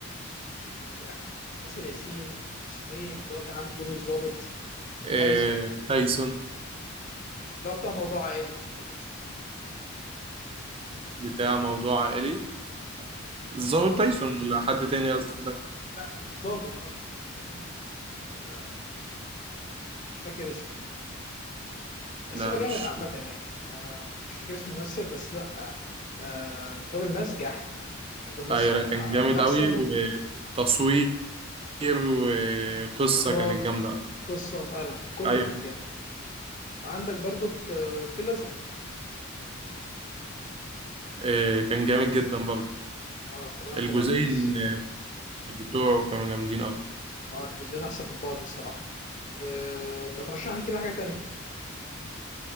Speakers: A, on the left; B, on the right.
A: يعتبر ميسي احلى ياسر ياسين واسمه ايه اللي هو كان عامل دور الضابط وتايسون
B: إيه تايسون
A: اللي هو بتاع موضوع عائلي مش فاكر اسمه ايه
B: بتاع موضوع عائلي الظابط
A: اه
B: تايسون ولا حد تاني قصدك
A: لا الضابط اصلا فاهمني آه، مش فاكر اسمه بس
B: لا
A: هو
B: مش
A: جامد عامة يعني أنا مش فاكر اسمه ممثل بس لأ آه، آه، تراب الماس جحد تراب الماس
B: ايوه
A: من
B: لا كان
A: أ-
B: جامد
A: من أحسن
B: قوي وتصوير وقصه
A: إخراج
B: كانت جامده
A: قصة فعلا من كله
B: ايوه
A: كان جامد وعندك برضك آه، الفيل الأزرق
B: إيه، كان جامد جدا برضه
A: أه كريم عبد
B: الجزئين
A: العزيز
B: بتوعه كانوا جامدين قوي
A: أه الجزئين أحسن من بعض الصراحة وما ترشح لي كده حاجة تانية